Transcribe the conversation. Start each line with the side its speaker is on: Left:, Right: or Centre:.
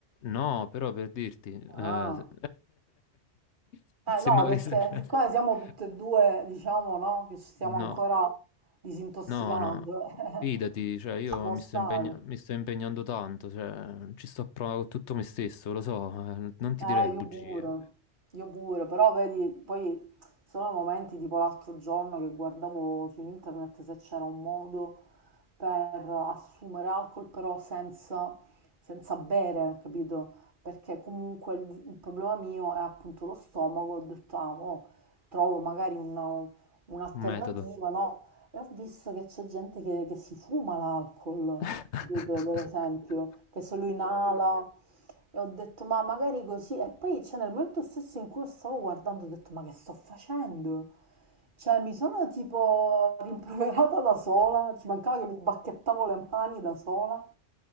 Left: No, però per dirti, eh,
Right: Ah.
Left: <laughs>
Right: Eh
Left: se
Right: no,
Left: mi avesse...
Right: perché
Left: <laughs>
Right: siccome siamo tutte e due, diciamo, no, che ci stiamo
Left: No,
Right: ancora disintossicando,
Left: no, no, fidati,
Right: <laughs>
Left: cioè io
Right: ci può
Left: mi
Right: stare.
Left: sto impegna- mi sto impegnando tanto, cioè ci sto a prova con tutto me stesso, lo so, eh, non ti
Right: Eh,
Left: direi bugie,
Right: io pure, io pure, però vedi, poi sono momenti tipo l'altro giorno che guardavo su internet se c'era un modo per assumere alcol però senza, senza bere, capito? Perché comunque il, il problema mio è appunto lo stomaco, ho detto, ah, mo trovo magari una- un'alternativa,
Left: un metodo.
Right: no? E ho visto che c'è gente che, che si fuma l'alcol,
Left: <laughs>
Right: capito? Per esempio, che se lo inala... E ho detto, ma magari così. E poi, c'è cioè, nel momento stesso in cui lo stavo guardando, ho detto, ma che sto facendo? Cioè, mi sono tipo rimproverata da sola, ci mancava che mi bacchettavo le mani da sola.